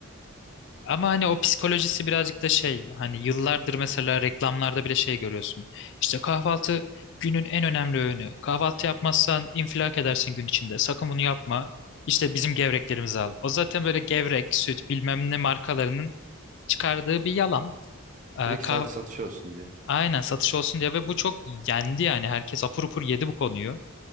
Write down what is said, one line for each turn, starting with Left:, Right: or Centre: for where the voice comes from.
Left: Ama hani o psikolojisi birazcık da şey hani yıllardır mesela reklamlarda bile şey görüyorsun. İşte kahvaltı günün en önemli öğünü. Kahvaltı yapmazsan infilak edersin gün içinde. Sakın bunu yapma. İşte bizim gevreklerimizi al. O zaten böyle gevrek, süt bilmem ne markalarının çıkardığı bir yalan. Ee,
Right: Direkt
Left: kah
Right: sadece satış olsun diye.
Left: Aynen satış olsun diye ve bu çok yendi yani. Herkes apur upur yedi bu konuyu.